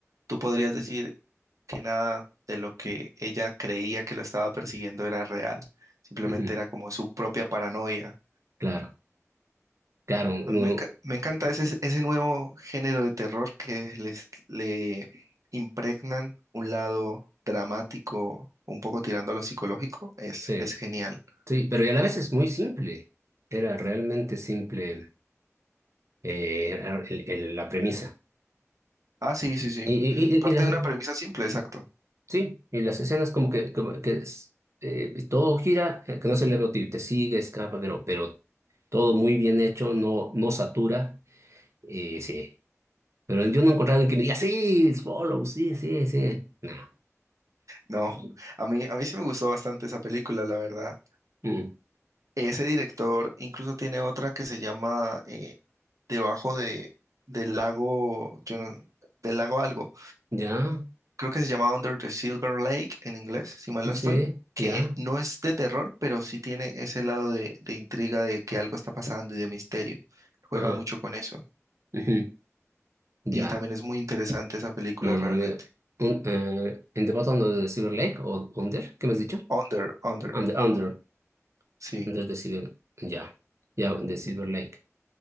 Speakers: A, on the right (about 85°); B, on the right (about 60°).
A: tú podrías decir que nada de lo que ella creía que lo estaba persiguiendo era real, simplemente
B: Ujú,
A: era como su propia paranoia.
B: Claro, claro, no,
A: A mí me, enca- me encanta ese, ese nuevo género de terror que les, le impregnan un lado dramático, un poco tirando a lo psicológico, es,
B: sí.
A: es genial.
B: Sí, pero y a la vez es muy simple. Era realmente simple eh, era el- el- la premisa.
A: Ah, sí, sí, sí.
B: Y, y- y-
A: Parte
B: y las,
A: de una premisa simple, exacto.
B: sí, y las escenas como que, como que es, eh, todo gira, eh, que no es el libro, te te sigue, escapa, pero, pero todo muy bien hecho, no, no satura. Y sí, pero yo no he encontrado alguien que me diga, sí, it's follow, sí, sí, sí. No.
A: No, a mí, a mí sí me gustó bastante esa película, la verdad.
B: Mm.
A: Ese director incluso tiene otra que se llama eh, Debajo de, del lago, yo no- del lago algo.
B: Ya,
A: Creo que se llama Under the Silver Lake en inglés, si mal no estoy,
B: sí,
A: que
B: ya.
A: no es de terror, pero sí tiene ese lado de, de intriga de que algo está pasando y de misterio. Juega
B: Ajá.
A: mucho con eso.
B: ujú, Ya.
A: Y también es muy interesante esa película
B: No,
A: realmente.
B: no, no. había- Un- eh, ¿en The Bottom of the Silver Lake o Under? ¿Qué me has dicho?
A: Under, Under,
B: Under, Under,
A: sí.
B: Under the Silver. Ya, ya, de Silver Lake.